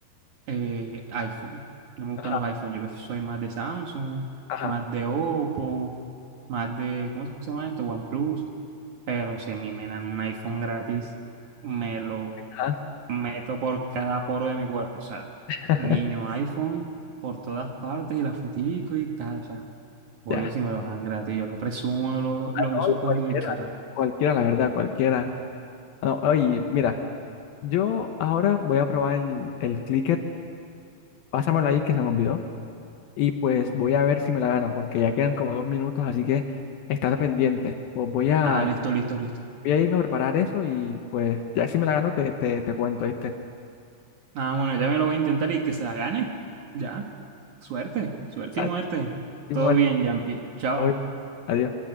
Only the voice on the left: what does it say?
Ajá,
ajá,
ajá.
<laughs>
Ya.
Ah,
no, y
cualquiera.
Cualquiera, la verdad, cualquiera. No, oye, mira, yo ahora voy a probar el, el clicker. Pásamelo ahí que se me olvidó. Y pues voy a ver si me la gano, porque ya quedan como dos minutos, así que estate pendiente. Pues voy a.
Voy a irme a preparar eso y pues ya si me la gano te, te, te cuento, ¿viste?
O sea,
estoy
muerto
hoy. Adiós.